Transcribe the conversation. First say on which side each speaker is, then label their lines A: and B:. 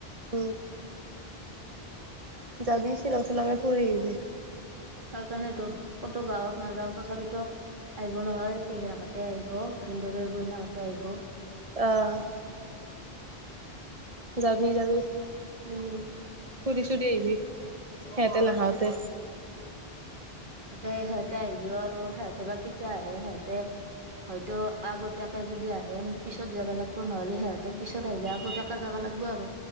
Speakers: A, on the right (about 35°); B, on the right (about 55°).
A: উম যাবি শ্বিলং শ্বিলঙতে ফুৰি আহিবি
B: সেইকাৰণে টো কতো গাঁৱত নাযাও, তথাপিতো আহিব নহয় পেহীয়েক হঁতে আহিব ভিন্দৰৰ বৈনাইহতে আহিব।
A: আহ যাবি যাবি।
B: উমঁ।
A: ফুৰি চুৰি আহিবি সিহঁতে নাহাওতে।
B: তাকে সিহঁতে আহিলেও আৰু সিহঁতে বা কেতিয়া আহে, সিহঁতে হয়তো আগতীয়াকে যদি আহে আমি পিছত যাবা লাগিব নহ'লে সিহঁতে পিছত আহিলে আগতীয়াকে যাব লাগিব আৰু।